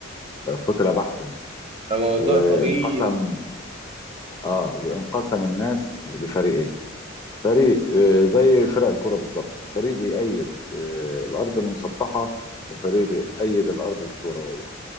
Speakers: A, on the left (about 20°); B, on the right (about 30°).
A: قتل بحثا
B: ده موضوع
A: وانقسم
B: طويل
A: اه وانقسم الناس لفريقين فريق آه زي فرق الكرة بالظبط فريق بيأيد آه الأرض المسطحة وفريق بيأيد الأرض الكروية